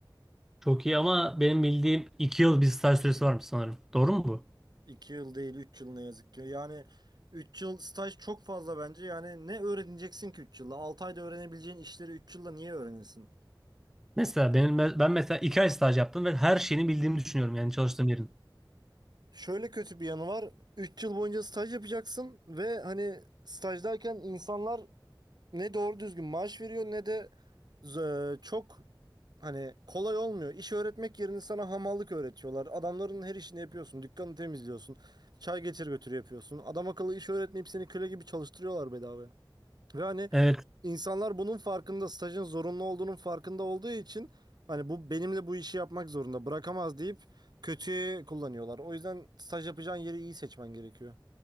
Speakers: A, in the centre; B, on the right.
A: Çok iyi ama benim bildiğim 2 yıl bir staj süresi varmış sanırım. Doğru mu bu?
B: 2 yıl değil 3 yıl ne yazık ki. Yani 3 yıl staj çok fazla bence. Yani ne öğreneceksin ki 3 yılda? 6 ayda öğrenebileceğin işleri 3 yılda niye öğrenesin?
A: Mesela benim, ben mesela 2 ay staj yaptım ve her şeyini bildiğimi düşünüyorum yani çalıştığım yerin.
B: Şöyle kötü bir yanı var. 3 yıl boyunca staj yapacaksın ve hani stajdayken insanlar ne doğru düzgün maaş veriyor ne de z- çok hani kolay olmuyor. İş öğretmek yerine sana hamallık öğretiyorlar. Adamların her işini yapıyorsun. Dükkanı temizliyorsun. Çay getir götür yapıyorsun. Adam akıllı iş öğretmeyip seni köle gibi çalıştırıyorlar bedavaya. Ve hani
A: Evet,
B: insanlar bunun farkında, stajın zorunlu olduğunun farkında olduğu için hani bu benimle bu işi yapmak zorunda bırakamaz deyip kötüye kullanıyorlar. O yüzden staj yapacağın yeri iyi seçmen gerekiyor.